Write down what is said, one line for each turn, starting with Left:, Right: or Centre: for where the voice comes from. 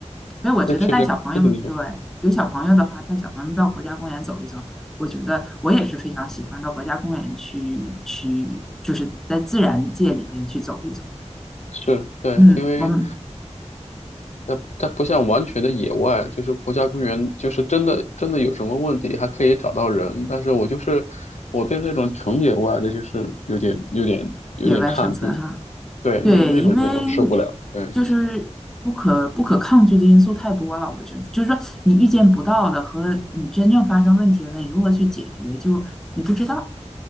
Centre: 所以我觉得带小朋友，
Left: 那确实，这个你说
Centre: 对，有小朋友的话，带小朋友到国家公园走一走，我觉得我也是非常喜欢到国家公园去去，就是在自然界里边去走一走。
Left: 是对，
Centre: 嗯，
Left: 因为。
Centre: 我们
Left: 它它不像完全的野外，就是国家公园，就是真的真的有什么问题还可以找到人。但是我就是我对那种纯野外的，就是有点有点有点抗拒。
Centre: 野外生存哈，
Left: 对，
Centre: 对，
Left: 那那种就我受不了。
Centre: 因为
Left: 嗯，
Centre: 就是不可不可抗拒的因素太多了，我觉得就是说你预见不到的和你真正发生问题了，你如何去解决，就你不知道。